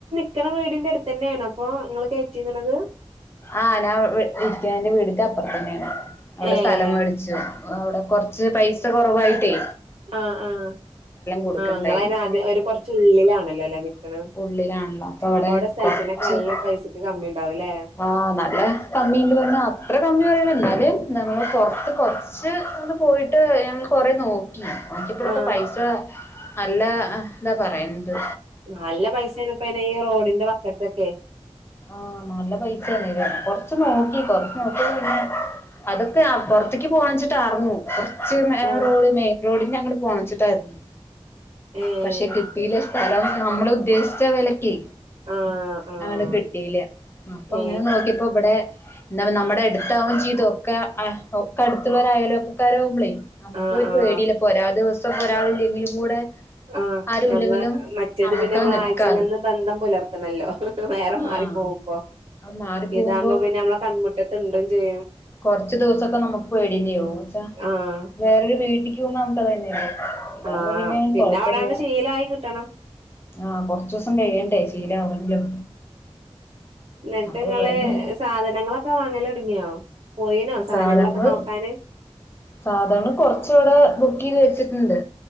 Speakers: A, on the right; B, on the left.
A: നക്കണ വീടിന്റെറ അടുത്തെന്നാണോ അപ്പൊ നിങ്ങള് കേറ്റീക്ണത്?
B: ആ ഞാൻ ഇരിക്കണേന്റെ വീടിന്റെ അപ്പർത്തന്നേ ന്നെ ആണ് അവ്ടെ
A: ഏഹ്
B: സ്ഥലം മേട്ച്ചു. അവിടെ കൊറച്ച് പൈസ കൊറവായിട്ടേ
A: ആ ആഹ്
B: കൊടുക്കണ്ടായിരുന്നു
A: ആ ഇങ്ങളൈന് ആദ്യം ഒരു കൊറച് ഉുള്ളിലാണല്ലോല്ലെ നിൽക്കണ
B: ഉള്ളിലാണല്ലോ അവിടെ
A: അപ്പൊ അവ്ടെ സ്ഥൽത്തിനൊക്കെ
B: കൊറച്ച്
A: നല്ല പൈസക്ക് കമ്മിണ്ടാവൂലേ
B: ആഹ് നല്ല കമ്മിണ്ട് പറഞ്ഞ അത്ര കമ്മി പറയണം ഇന്നാല് നമ്മള് പുറത്ത് കൊറച് ച്ച് അന്ന് പോയിട്ട് ഞങ്ങൾകൊറേ നോക് - ഉഓൻക്കിപ്പളൊക്കെ
A: ആഹ്
B: പൈസ നല്ല അഹ് ഇന്താ പറയന്ത്‌
A: നല്ല പൈസാണ് ഇപ്പനെ ഈ റോഡിന്റെ വക്കത്തെക്കെ
B: ആഹ് നല്ല പൈസാണ്ലേ കൊർച് നോക്കീ കൊറച്ച് നോക്കി പിന്നെ അതൊക്കെ ആ പൊറത്തിക്ക് പോണച്ചിട്ടാർന്നു. കുറച്ച് മേഹ്
A: ആഹ്
B: റോഡ് മെയിൻ റോഡിനങ്ങ്ട് പോണച്ചിട്ടായിരുന്നു.
A: ഏഹ്
B: പക്ഷെ കി- യിലെ സ്ഥലം നമ്മള് ഉദ്ദേശിച്ച വെലക്കേ
A: ആഹ് ആഹ്
B: അങ്ങനെ കിട്ടീല. അപ്പൊ
A: ഏ
B: അങ്ങനെ നോക്കിയപ്പോ ഇവിടെ ന്നാ നമ്മടെ അടുത്താവും ചെയ്തു ഒക്കെ ആഹ് ഒക്കെ അടുത്തുള്ള അയലോക്കക്കാരാവും മ്പ്ളേയ് നമുക്ക്
A: ആഹ്
B: ഒരു
A: ആഹ്
B: പേടില്ലാപ്പൊരാ ദിവസം പൊരാൾല്ലെങ്കിലൂ കൂടെ
A: ആഹ്
B: ആരും
A: ഞമ്മള്
B: ഇല്ലെങ്കിലും
A: മറ്റേത്
B: നമ്മുക്ക്
A: പിന്നെ മ്മളാഴ്ച്ചങ്ങന്ന്
B: നിക്കാലോ
A: ബന്ധം പുലർത്തണല്ലോ വേറെ
B: ആഹ്
A: മാറി പോകുമ്പോ
B: അത് മാറി പോകുമ്പോ
A: ഇതാവ്മ്പോ പിന്നെ നമ്മളെ കൺമുറ്റത്ത് ഇണ്ടും ചെയ്യും
B: കൊറച്ച് ദിവസൊക്കെ നമുക് പേട്യേന്നേവും എന്ന് വെച്ചാ
A: ആഹ്
B: വേറൊരു വീട്ടിക്ക് പോകുമ്പോ നമുക്കതന്നേ നല്ലത്. ഇതാവുമ്പോ
A: ആഹ്
B: പിന്നെ കൊഴപ്പല്ല്യ
A: അവിടാണ്ട് ശീലായി കിട്ടണം
B: ആഹ് കൊറച്ചൊസം കഴിയണ്ടേ ശീലാവണെങ്കിലും
A: ഇന്നിട്ട്
B: അപ്പൊ
A: നിങ്ങള്
B: ഇവിടന്ന്
A: സാധനങ്ങളൊക്കെ വാങ്ങലൊടങ്ങിയോ? പോയിനോ സാധനങ്ങളൊക്കെ
B: സാധൻങ്ങള്
A: നോക്കാന്
B: സാധൻങ്ങള് കൊർച്ച് അവിടെ ബുക്കേയ്ത് വെച്ചിട്ട്ണ്ട്.